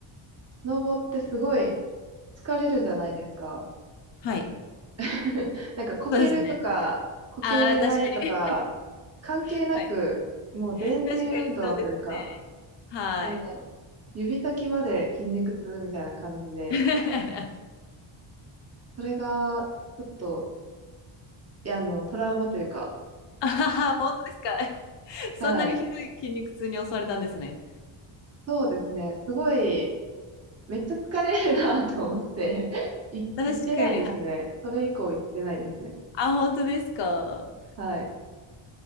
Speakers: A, on the right (about 30°); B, on the left (about 60°).
A: スノボってすごい疲れるじゃないですか。
B: はい。
A: <laughs> なんかこけるとか、
B: そうですね。
A: こけないとか、
B: ああ、確かに。<laughs>
A: 関係なく、
B: はい。
A: もう全身運動というか、
B: 確かにそうですね。はい。
A: ね、指先まで筋肉痛みたいな感じで、
B: <laughs>
A: それが、ちょっと、いや、あの、トラウマというか、
B: あはは、本当ですか。<laughs> そんなにひどい筋肉痛に襲われたんですね。
A: はい。そうですね。すごい、めっちゃ疲れるなと思って、<laughs> い、
B: 確かに。
A: 行ってないですね。それ以降行ってないですね。
B: あ、本当ですか。
A: はい。